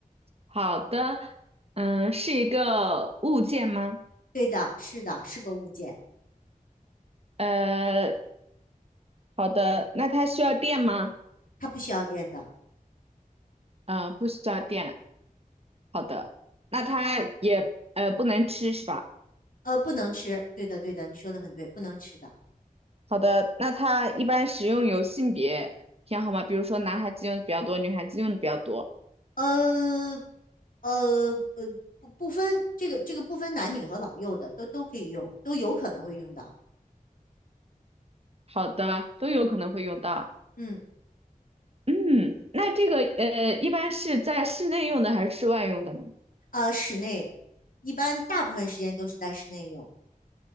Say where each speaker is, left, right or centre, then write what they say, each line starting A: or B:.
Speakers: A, on the right; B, on the left.
A: 好的，嗯，是一个物件吗？
B: 对的，是的，是个物件，
A: 呃，好的，那它需要电吗？
B: 它不需要电的。
A: 呃，不需要电。好的，那它也呃不能吃是吧？
B: 呃，不能吃。对的，对的，你说的很对，不能吃的。
A: 好的，那它一般使用有性别偏好吗？比如说男孩子用的比较多，女孩子用的比较多。
B: 呃呃呃，不不分这个这个不分男女和老幼的，都都可以用，都有可能会用到。
A: 好的，都有可能会用到。
B: 嗯，
A: 嗯，那这个呃一般是在室内用的还是室外用的呢？
B: 啊，室内一般大部分时间都是在室内用。